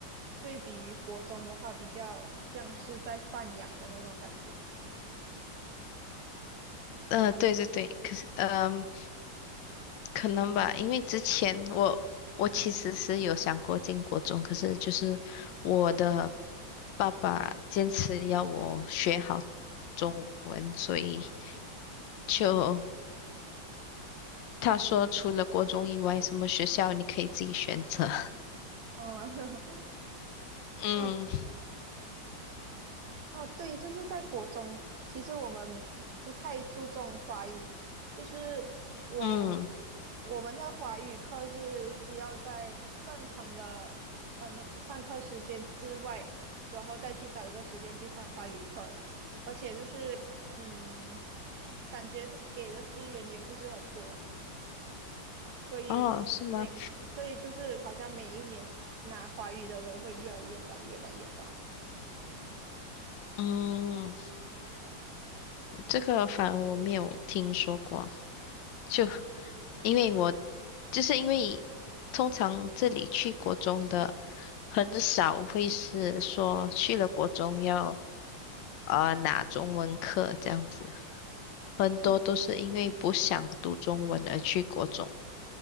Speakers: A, on the right; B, on the left.
A: 对比于国中的话，比较像是在放养的那种感觉。
B: 嗯，对对对，可是嗯。可能吧，因为之前我我其实是有想过进国中，可是就是我的爸爸坚持要我学好中文，所以就他说除了国中以外，什么学校你可以自己选择。<laughs>
A: 嗯，
B: 嗯
A: <laughs> 哦哦，对，就是在国中，其实我们不太注重华语，就是我
B: 嗯，
A: 我们的华语课是需要在正常的呃那上课时间之外，然后再去找一个时间去上华语课的，而且就是嗯，感觉给的资源也不是很多。所以每所以就是好像每一年拿华语的人会越来越少，
B: 哦，是吗？
A: 越来越少。
B: 嗯，这个反而我没有听说过。就因为我就是因为通常这里去国中的很少会是说去了国中要呃拿中文课这样子，很多都是因为不想读中文而去国中。
A: 嗯，